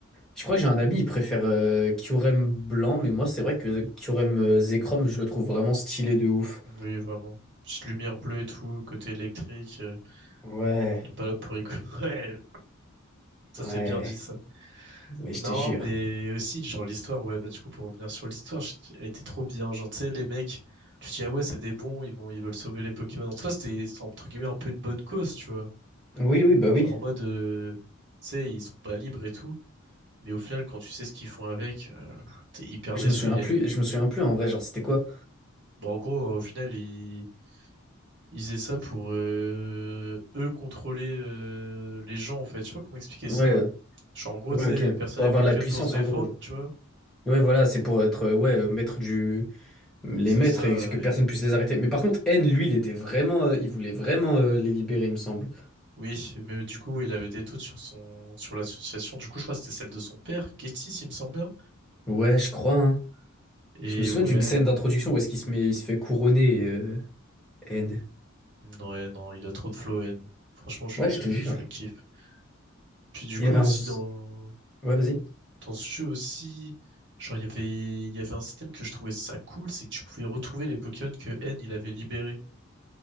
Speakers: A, in the centre; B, on the right (about 60°).
A: Je crois que j'ai un ami, il préfère euh, Kyurem blanc, mais moi, c'est vrai que Kyurem euh, Zekrom, je le trouve vraiment stylé de ouf.
B: Oui, vraiment. Petite lumière bleue et tout, côté électrique, euh,
A: Ouais,
B: il est pas là pour rigoler. <laughs> Ouais, ça
A: ouais,
B: c'est bien dit ça.
A: mais je
B: Non,
A: te jure.
B: mais aussi, genre, l'histoire, ouais, bah, du coup, pour revenir sur l'histoire, j'ai- elle était trop bien. Genre, tu sais, les mecs, tu te dis, ah ouais, c'est des bons, ils vont, ils veulent sauver les Pokémon. En tout cas, c'était, c'était, entre guillemets, un peu une bonne cause, tu vois.
A: Oui, oui, bah
B: Genre,
A: oui.
B: en mode, euh, tu sais, ils sont pas libres et tout. Mais au final, quand tu sais ce qu'ils font avec, euh, t'es hyper
A: Je
B: déçu,
A: me souviens
B: yeah.
A: plus, je me souviens plus en vrai, genre, c'était quoi?
B: Bon, en gros, au final, ils, ils faisaient ça pour, euh, eux contrôler, euh, les gens, en fait. Je sais pas comment expliquer
A: Ouais,
B: ça.
A: euh,
B: Genre, en gros,
A: ouais,
B: tu sais,
A: ok.
B: personne
A: Pour
B: n'avait
A: avoir
B: Pokémon
A: de la puissance
B: pour se défendre,
A: en gros.
B: tu vois.
A: Ouais, voilà, c'est pour être euh, ouais, euh, maître du les
B: C'est
A: maîtres
B: ça,
A: et que personne puisse les arrêter. Mais par contre, N, lui, il était vraiment euh, il voulait vraiment euh, les libérer, il me semble.
B: Oui, mais du coup, oui, il avait des doutes sur son, sur l'association. Du coup, je crois que c'était celle de son père, Getty, s'il me semble bien.
A: Ouais, je crois, hein.
B: Et
A: Je me souviens
B: ouais,
A: d'une scène d'introduction où est-ce qu'il se met il se fait couronner euh, N.
B: non, ouais, non, il a trop de flow, N. Franchement, je,
A: Ouais,
B: le-
A: je te jure.
B: je le kiffe. Puis du
A: Il
B: coup,
A: y avait
B: aussi,
A: un z-
B: dans,
A: Ouais, vas-y.
B: dans ce jeu aussi, genre, il y avait, il y avait un système que je trouvais ça cool, c'est que tu pouvais retrouver les Pokémon que N, il avait libérés.